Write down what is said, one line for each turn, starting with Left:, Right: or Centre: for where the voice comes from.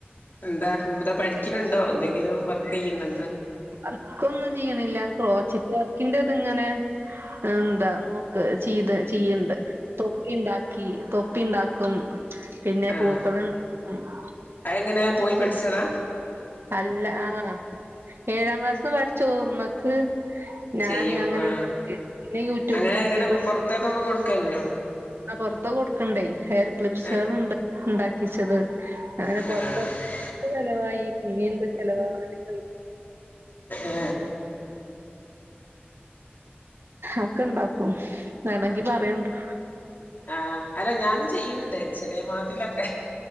Left: എന്താന്താ പഠിക്കുന്നുണ്ടോ എന്തെങ്കിലും വർക്ക് ചെയ്യുന്നു
Right: വർക്കൊന്നും ചെയ്യണില്ല ക്രോച്ചിറ്റ് വർക്കിന്റെ ഇത് ഇങ്ങനെ എന്താ നോക്ക് ചെയ്ത് ചെയ്യണ്ട് തൊപ്പി ഉണ്ടാക്കി തൊപ്പി ഉണ്ടാക്കും. പിന്നെ
Left: ആഹ്
Right: പൂക്കളും ണ്ടാ
Left: അതെങ്ങനെ പോയി പഠിച്ചതാ
Right: അല്ല ആഹ് ഏഴാം ക്ലാസ്ന്ന് പഠിച്ചു ഓർമ്മക്ക് ഞാന്
Left: ചെയ്യും
Right: അങ്ങനെ
Left: ആഹ്
Right: യൂടൂബ്
Left: അങ്ങനെ
Right: നോക്കിട്ട്.
Left: അങ്ങനെ പുറത്തേക്കൊക്കെ കൊടുക്കലുണ്ടോ
Right: ആ പൊറത്ത് കൊടുക്കണ്ടേ ഹെയർ ക്ലിപ്സകൾ
Left: ഏഹ്
Right: ഉണ്ട്. ഉണ്ടാക്കിച്ചത് അങ്ങനെ
Left: ആ
Right: മൊത്തം
Left: ആ
Right: ചിലവായി. ഇനി എന്ത് ചിലവാവനക്ക
Left: ആ
Right: അക്ക ഇണ്ടാക്കും. വേണെങ്കി പറയണ്ടു
Left: ആഹ് അല്ല ഞാനും ചെയ്യണണ്ട്. ചെറിയമാതിലൊക്കെ